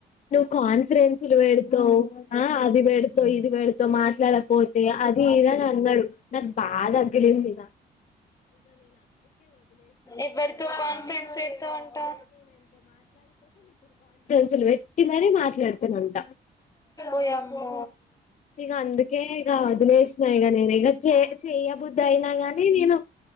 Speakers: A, on the left; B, on the left.
A: నువ్వు కాన్ఫిరెన్స్లు పెడతవు ఆ అది పెడత ఇది పెడత మాట్లాడకపోతే అది ఇనని అన్నాడు నాకు బా తగ్గిలింది ఇలా
B: ఎవరితో కాన్ఫిడెన్స్ పెడతా ఉంటా
A: అసలు పెట్టి మరీ మాట్లాడుతూను ఉంటా
B: ఓయమ్మో
A: ఇక అందుకే ఇక వదిలేసినా ఇక నేను ఇక చే చేయబుద్ధి అయినా గాని నేను